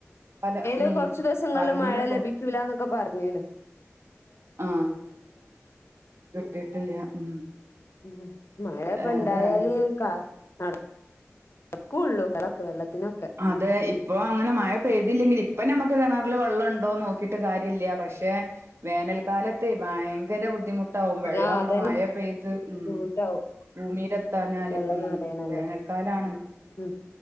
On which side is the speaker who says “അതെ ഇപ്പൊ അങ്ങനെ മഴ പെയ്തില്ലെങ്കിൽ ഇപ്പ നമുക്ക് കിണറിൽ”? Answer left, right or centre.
Right